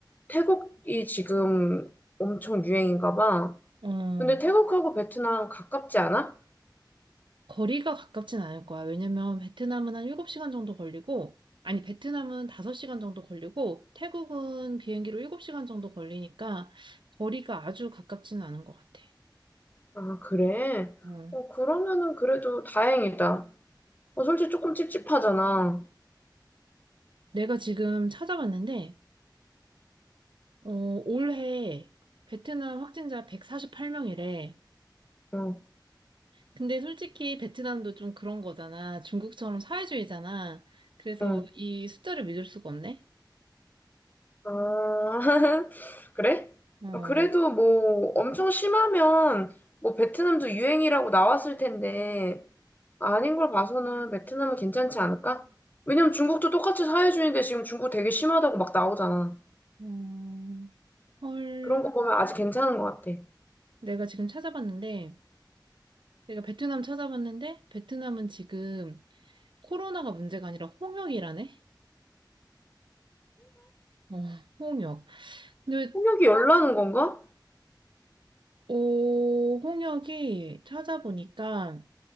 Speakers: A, on the left; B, on the right.
A: 태국이 지금 엄청 유행인가 봐.
B: 어,
A: 근데 태국하고 베트남 가깝지 않아?
B: 거리가 가깝진 않을 거야. 왜냐면 베트남은 한 7시간 정도 걸리고, 아니, 베트남은 5시간 정도 걸리고, 태국은 비행기로 7시간 정도 걸리니까 거리가 아주 가깝지는 않은 것 같아.
A: 아, 그래?
B: 어.
A: 어, 그러면은 그래도 다행이다. 어, 솔직히 조금 찝찝하잖아.
B: 내가 지금 찾아봤는데, 어, 올해 베트남 확진자 148명이래.
A: 응,
B: 근데 솔직히 베트남도 좀 그런 거잖아. 중국처럼 사회주의잖아. 그래서
A: 응.
B: 이 숫자를 믿을 수가 없네.
A: 아, <laughs> 그래?
B: 어,
A: 어, 그래도 뭐 엄청 심하면 뭐 베트남도 유행이라고 나왔을 텐데 아닌 걸 봐서는 베트남은 괜찮지 않을까? 왜냐면 중국도 똑같이 사회주의인데 지금 중국 되게 심하다고 막 나오잖아.
B: 음, 헐.
A: 그런 거 보면 아직 괜찮은 것 같아.
B: 내가 지금 찾아봤는데, 내가 베트남 찾아봤는데, 베트남은 지금 코로나가 문제가 아니라 홍역이라네? 어, 홍역. 근데,
A: 폭력이 열나는 건가?
B: 오, 홍역이 찾아보니까